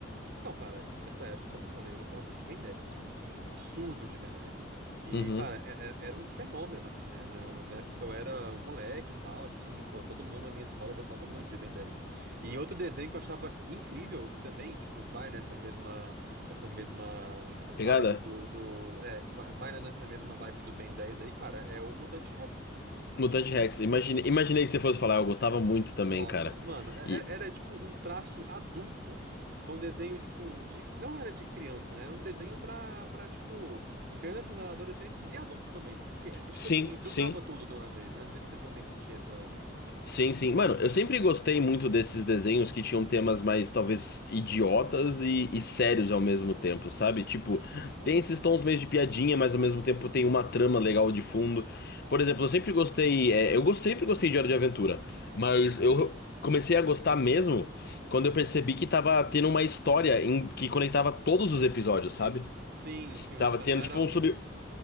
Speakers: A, on the right; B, on the left.
A: Então, cara, nessa época, como eu falei, eu gostava muito de Ben 10, tipo assim, absurdos de Ben 10. E,
B: Uhum.
A: cara, é- é- era um fenômeno, assim, né? Na na época eu era um moleque e tal, assim, pô, todo mundo na minha escola gostava muito de Ben 10. E outro desenho que eu achava incrível, que também, tipo, vai nessa mesma, essa mesma vibe
B: Pegada?
A: do, do, é, vai vai nessa mesma vibe do Ben 10 aí, cara, é o Mutante Rex.
B: Mutante Rex. Imagine, imaginei que você fosse falar, eu gostava muito também,
A: Nossa,
B: cara.
A: mano, é-
B: E
A: é- era tipo um traço adulto pra um desenho, tipo, de. Não era de criança, né? Era um desenho pra, pra tipo, crianças, adolescentes e adultos também. Porque, é, é tipo
B: sim,
A: assim, juntava
B: sim.
A: tudo de uma vez, né? Não sei se você também sentia essa.
B: Sim, sim. Mano, eu sempre gostei muito desses desenhos que tinham temas mais, talvez, idiotas e, e sérios ao mesmo tempo, sabe?
A: Uhum,
B: Tipo, tem esses tons meio de piadinha, mas ao mesmo tempo tem uma trama legal de fundo. Por exemplo, eu sempre gostei. é, eu go- sempre gostei de Hora de Aventura, mas
A: uhum.
B: eu comecei a gostar mesmo quando eu percebi que tava tendo uma história em, que conectava todos os episódios, sabe?
A: Sim, sim, não,
B: Tava tendo,
A: não era
B: tipo, um
A: um.
B: sub.